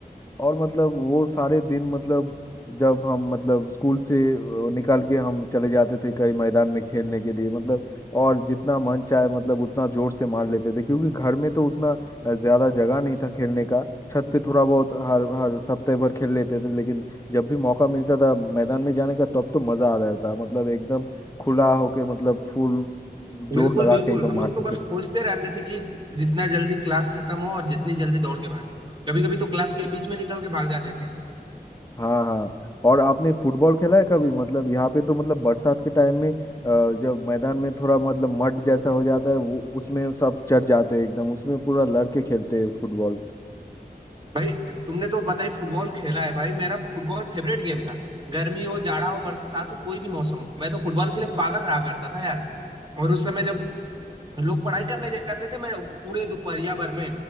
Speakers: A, on the left; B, on the right.
A: और मतलब वो सारे दिन मतलब जब हम मतलब स्कूल से अ, निकाल के हम चले जाते थे कई मैदान में खेलने के लिए मतलब और जितना मन चाहे मतलब उतना जोर से मार लेते थे क्योंकि घर में तो उतना अ, ज्यादा जगह नहीं था खेलने का छत पे थोड़ा बहुत हर हर सप्ताह भर खेल लेते थे लेकिन जब भी मौका मिलता था मैदान में जाने का तब तो मजा आ जाता था मतलब एकदम खुला होके मतलब फुल जोर
B: बिल्कुल
A: लगा
B: बिल्कुल
A: के एकदम
B: हम
A: मारते
B: लोग तो बस
A: थे
B: सोचते रहते थे कि जितना जल्दी क्लास खत्म हो और जितनी जल्दी दौड़ के भागे कभी कभी तो क्लास के बीच में निकल के भाग जाते थे
A: हाँ हाँ और आपने फुटबॉल खेला है कभी मतलब यहाँ पे तो मतलब बरसात के टाइम में अ, जब मैदान में थोड़ा मतलब मड जैसा हो जाता है वो उसमें सब चढ़ जाते हैं एकदम उसमें पूरा लड़के खेलते हैं फुटबॉल
B: भाई तुमने तो बताई फुटबॉल खेला है भाई मेरा फुटबॉल फेवरेट गेम था गर्मी हो जाड़ा हो बरसात हो कोई भी मौसम हो मैं तो फुटबॉल के लिए पागल रहा करता था यार और उस समय जब लोग पढ़ाई करने जाते थे मैं पूरे दोपहरिया भर में